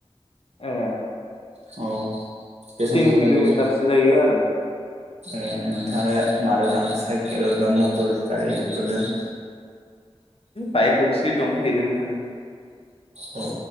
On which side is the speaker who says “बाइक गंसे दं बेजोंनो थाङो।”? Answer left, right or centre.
Left